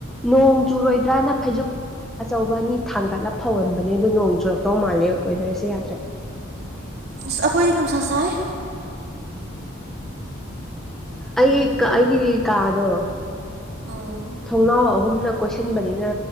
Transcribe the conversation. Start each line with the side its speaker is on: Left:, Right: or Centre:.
Centre: ꯅꯣꯡ ꯆꯨꯔꯣꯏꯗ꯭ꯔꯅ ꯐꯩꯖꯨꯞ ꯑꯆꯧꯕ ꯑꯅꯤ ꯊꯥꯡꯒꯠꯂ ꯐꯥꯎꯔꯝꯕꯅꯦ ꯑꯗꯣ ꯅꯣꯡ ꯆꯨꯔꯛꯇꯧ ꯃꯥꯜꯂꯦ ꯋꯦꯗꯔꯁꯦ ꯌꯥꯗ꯭ꯔꯦ
Right: ꯑꯁ ꯑꯩꯈꯣꯏꯗꯤ ꯅꯨꯡꯁꯥ ꯁꯥꯏ
Centre: ꯑꯩꯒꯤ ꯑꯩꯒꯤ ꯀꯥꯗꯣ
Right: ꯎꯝ
Centre: ꯊꯣꯡꯅꯥꯎ ꯑꯍꯨꯝꯅ ꯀꯣꯏꯁꯤꯟꯕꯅꯤꯅ